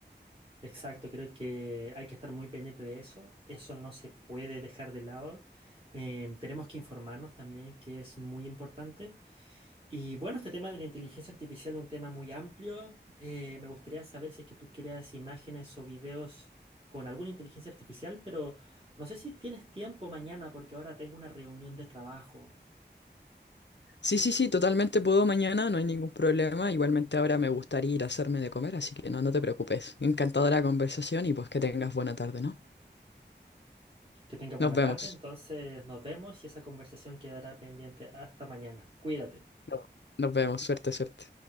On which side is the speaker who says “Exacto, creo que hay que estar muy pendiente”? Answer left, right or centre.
Right